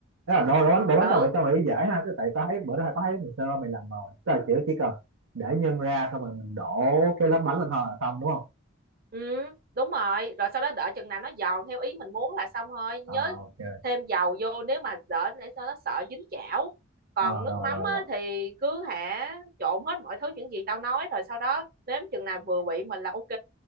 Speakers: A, on the right (about 80°); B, on the right (about 45°).
A: Thế là đổ, đổ bánh đổ bánh
B: ừ
A: tao nghĩ tao nghĩ dễ ha chứ tại tao thấy bữa đó tao thấy ngày sơ, mày làm rồi tức là chỉ chỉ cần để nhân ra xong rồi mình đổ cái lớp bánh lên thôi là xong đúng không
B: Ừ, đúng rồi, rồi sau đó đợi chừng nào nó giòn theo ý mình muốn là xong thôi, nhớ
A: à, ok
B: thêm dầu vô nếu mà đỡ để cho nó sợ dính chảo. Còn
A: à,
B: nước
A: rồi
B: mắm
A: rồi
B: á,
A: rồi
B: thì cứ hả trộn hết mọi thứ những gì tao nói rồi sau đó nếm chừng nào vừa vị mình là ok.